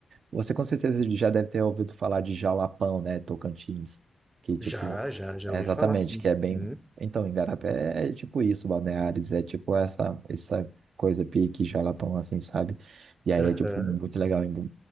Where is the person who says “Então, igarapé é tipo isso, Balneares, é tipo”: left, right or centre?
Right